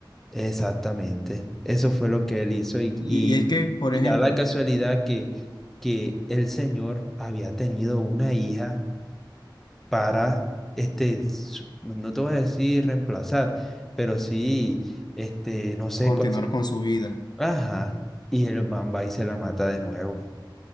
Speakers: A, in the centre; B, on the left.
A: Exactamente. Eso fue lo que él hizo. Y,
B: Y,
A: y,
B: y es que, por
A: y
B: ejemplo,
A: da la casualidad que, que el señor había tenido una hija para, este, su- no te voy a decir reemplazar, pero sí, este, no sé
B: continuar
A: cuál sería.
B: con su vida.
A: Ajá. Y el man va y se la mata de nuevo.